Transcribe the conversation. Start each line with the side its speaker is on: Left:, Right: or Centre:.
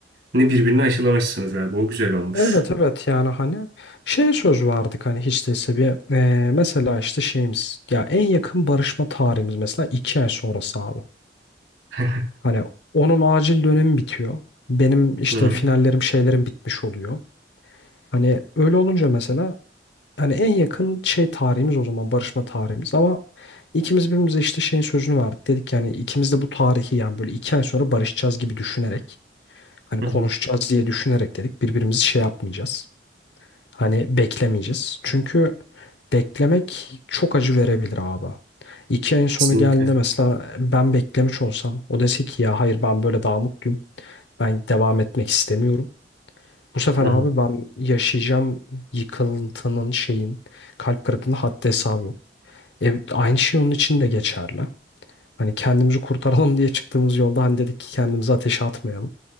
Right: birbirine aşılamışsınız abi. O güzel olmuş.
Left: Evet evet yani hani şey söz verdik hani hiç değilse bir eee, mesela işte şeyimiz ya en yakın barışma tarihimiz mesela iki ay sonrası abi.
Right: <laughs>
Left: Hani onun acil dönemi bitiyor. Benim işte
Right: Hı hı.
Left: finallerim şeylerim bitmiş oluyor. Hani öyle olunca mesela hani en yakın şey tarihimiz o zaman barışma tarihimiz ama ikimiz birbirimize işte şeyin sözünü verdik. Dedik yani ikimiz de bu tarihi yani böyle iki ay sonra barışacağız gibi düşünerek hani
Right: Hı
Left: konuşacağız
Right: hı.
Left: diye düşünerek dedik birbirimizi şey yapmayacağız. Hani beklemeyeceğiz. Çünkü beklemek çok acı verebilir abi. İki ayın sonu
Right: Kesinlikle.
Left: geldiğinde mesela ben beklemiş olsam o dese ki ya hayır ben böyle daha mutluyum. Ben devam etmek istemiyorum. Bu sefer
Right: Hı
Left: abi
Right: hı.
Left: ben yaşayacağım yıkıntının şeyin kalp kırıklığının haddi hesabı yok. E, aynı şey onun için de geçerli. Hani kendimizi kurtaralım diye çıktığımız yolda hani dedik ki kendimizi ateşe atmayalım.